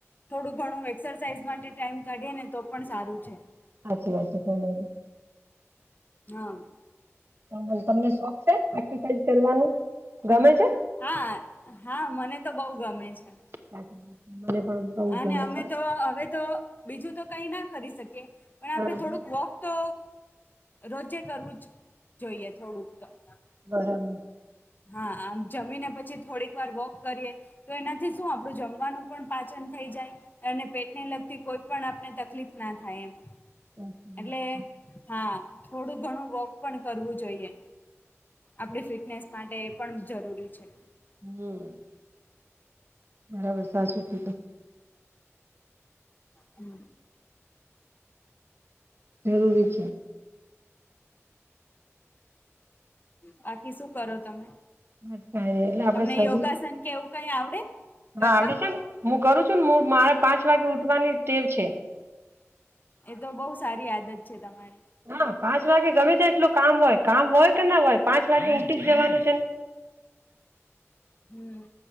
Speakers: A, on the left; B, on the right.
A: થોડું ઘણું એક્સરસાાઈઝ માટે ટાઈમ કાઢીએ ને તો પણ સારું છે.
B: સાચી વાત છે તમારી.
A: હા.
B: મ તમને શોખ છે એક્સરસાઇઝ કરવાનું ગમે છે.
A: હા, હા, મને તો બહુ ગમે છે.
B: <unintelligible> મને પણ બઉ
A: અને
B: ગમે
A: અમે
B: છે
A: તો હવે તો બીજું તો કંઈ ના કરી શકીએ. પણ
B: હા
A: આપણે થોડુંક વોક તો રોજે કરવું જ જોઈએ થોડુંક તો.
B: બરાબ.
A: હા. આમ જમીને પછી થોડીક વાર વોક કરીએ તો એનાથી શું આપણું જમવાનું પણ પાચન થઈ જાય. અને પેટને લગતી કોઈ પણ આપને તકલીફ ના થાય એમ.
B: છે સાચી વાત છે
A: એટલે હા. થોડું ઘણું વોક પણ કરવું જોઈએ. આપણી ફિટનેસ માટે એ પણ જરૂરી છે.
B: હમ્મ. બરાબર, સાચું કીધું.
A: હમ્મ.
B: જરૂરી છે.
A: બાકી શું કરો તમે?
B: એટલે આપડે
A: તમને
B: શરીર
A: યોગાસન કેવું કે એવું કંઈ આવડે? કરતા
B: હા આવડે છેન. હું કરું છું ન મુવ. મારે પાંચ વાગે ઉઠવાની ટેવ છે.
A: એ તો બઉ સારી આદત છે તમારી.
B: હા. પાંચ વાગે ગમે તેટલો કામ હોય, કામ હોય કે ના હોય, પાંચ વાગે ઉઠી જ જવાનું છે ને.
A: હમ્મ.